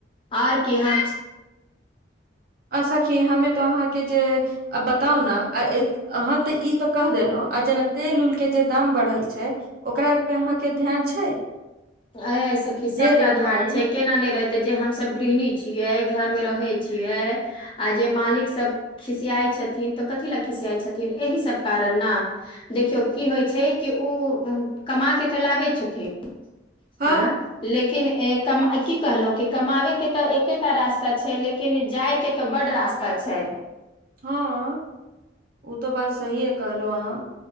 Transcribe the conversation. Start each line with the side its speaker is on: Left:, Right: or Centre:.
Left: और की ह
Right: आ सखी हमें त अहाँके जे बताउ ने हाँ त ई त‌ कह देलहु आ जेना तेल उल के जे दाम बढ़ल छै ओकरा पे अहाँके ध्यान छै
Left: ऐ सखी सबटा
Right: जे रिफाइन
Left: ध्यान छै केना नहि रहते जे हमस गृहिणी छियै घरमे रहै छियै आ जे मालिक सभ खिसियाइत छथिन तऽ कथी लए खिसियाइत छथिन एहि सभ कारण ने देखियौ की होइ छै कि ओ कमा के तऽ लाबे छथिन
Right: हँ
Left: आ लेकिन की कहलहुँ कि कमाबै के त एके एके रास्ता छै लेकिन जाय के त बड रास्ता छै
Right: हँ <inaudible> ओ तऽ बात सही है कहलहु अहाँ